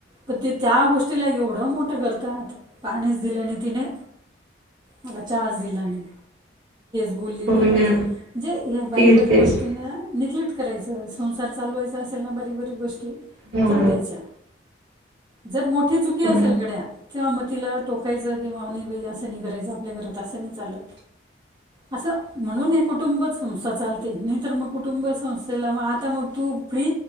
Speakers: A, on the right; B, on the right.
A: पण ते त्या गोष्टीला एवढं मोठं करतातात पाणीच दिलं आणि तिने. मला चहा ची दिला नाही. बोलली नाही
B: हो
A: म्हटल
B: ना
A: म्हणजे हे बारीक
B: ते
A: बारीक
B: तेच
A: गोष्टींना नि. <inaudible> करायचं संसार चालवायचा असेल ना बारीक बारीक गोष्टी
B: हो
A: जाऊ द्यायच्या. जर मोठी चुकी
B: हो
A: असेल घड्या तेव्हा. तिला टोकायचं की मावनी नाही बाई असंनी करायचं आपल्या घरात असंनी चालत. असं म्हणून हे कुटुंब संस्था चालते. तर मग कुटुंब संस्थेला मग आता मग तू फ्री